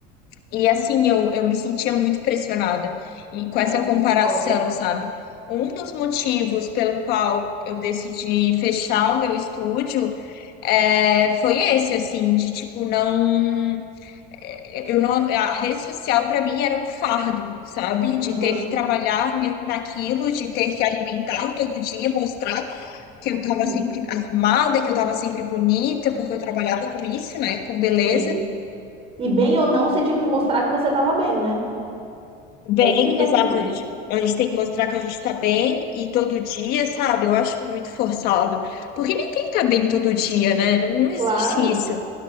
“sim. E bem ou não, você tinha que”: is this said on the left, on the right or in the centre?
Right